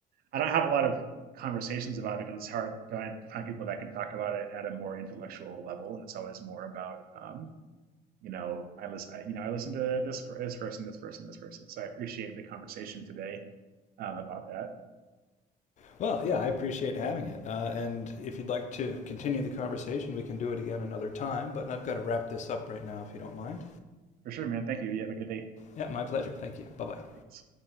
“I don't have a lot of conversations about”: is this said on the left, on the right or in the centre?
Right